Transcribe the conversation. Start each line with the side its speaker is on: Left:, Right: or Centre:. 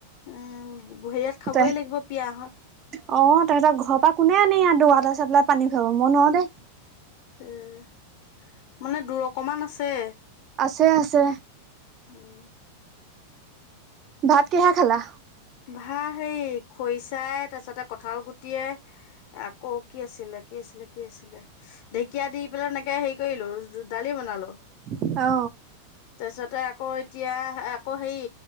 Left: উম হেৰিয়াত খাবই
Right: ত অ
Left: লাগিব পিয়াহত
Right: তেহেতৰ ঘৰৰ পৰা কোনে আনি ইহঁতক ৱাটাৰ চাপ্লাই পানী খুৱাব, মই নোৱাৰো দেই।
Left: <unintelligible> মানে দূৰ অকমান আছে।
Right: আছে আছে
Left: উম।
Right: ভাত কিহে খালা
Left: ভাল হেৰি খৰিচাই, তাৰছতে কঠাল গুটিয়ে। আকৌ কি আছিলে কি? কি আছিলে কি আছিলে ঢেকীয়া দি পেলাই তেনেকে হেৰি কৰিলো দালি বনালো
Right: অ
Left: তাৰপিছতে আকৌ এতিয়া আকৌ হেৰি,